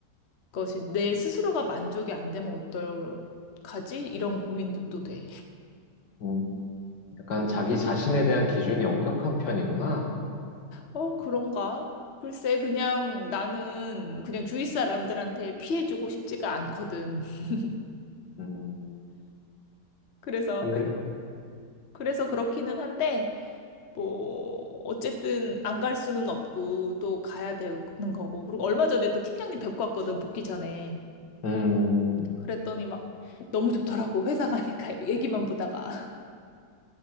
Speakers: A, on the left; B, on the left.
A: 것이 내 스스로가 만족이 안 되면 어떡하지? 이런 고민도 또 돼. <laughs>
B: 음, 약간 자기 자신에 대한 기준이 엄격한 편이구나.
A: 어, 그런가? 글쎄, 그냥 나는 그냥 주위 사람들한테 피해주고 싶지가 않거든. <laughs>
B: 음,
A: 그래서,
B: 근데,
A: 그래서 그렇기는 한데, 뭐 어쨌든 안 갈 수는 없고 또 가야 되는 거고 그리고 얼마 전에 또 팀장님 뵙고 왔거든 복귀 전에
B: 음,
A: 그랬더니 막 너무 좋더라고 회사 가니까 <laughs> 얘기만 보다가